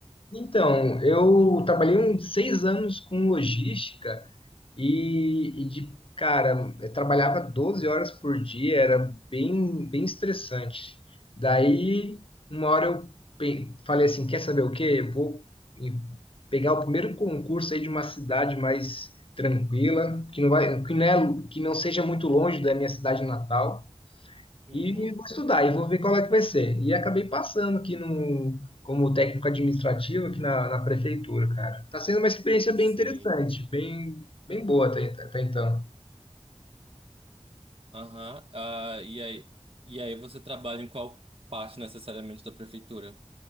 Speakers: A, on the left; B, on the right.
A: Então, eu trabalhei uns seis anos com logística E, e de, cara, eu trabalhava 12 horas por dia, era bem, bem estressante. Daí, uma hora eu pe- falei assim, quer saber o quê? Eu vou em- pegar o primeiro concurso aí de uma cidade mais tranquila, que não vai, que não é- que não seja muito longe da minha cidade natal.
B: Uhum.
A: E vou estudar e vou ver qual é que vai ser. E acabei passando aqui no, como técnico administrativo aqui na, na prefeitura, cara. Tá sendo uma experiência bem
B: Sim.
A: interessante, bem, bem boa até, até então.
B: Aham. Ah, e aí, e aí você trabalha em qual parte necessariamente da prefeitura?